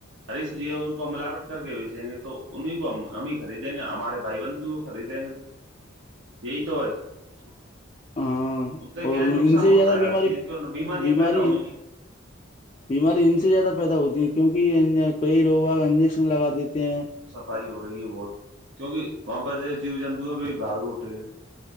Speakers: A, on the right; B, on the left.
A: ہریش جی ان کو ملاوٹ کر کے بیچیں گے تو انہیں کو ہم ہی خریدیں گے ہمارے بھائی بندو کو خریدیں گے تو یہی تو ہے تو
B: ہاں
A: ان سے کیا
B: اور
A: ہے نقصان
B: ان سے
A: ہوتا
B: زیادہ
A: ہے
B: بیماری
A: ہر چیز کو بیماریاں
B: بیماری
A: پیدا ہوئی ہیں
B: بیماری ان سے زیادہ پیدا ہوتی ہے کیونک کئی لوگ انجیکشن لگا دیتے ہیں
A: فائی ہو رہی ہے بہت کیونکہ وہاں پر جیو جنتو پہ بھی بھگٹے ہیں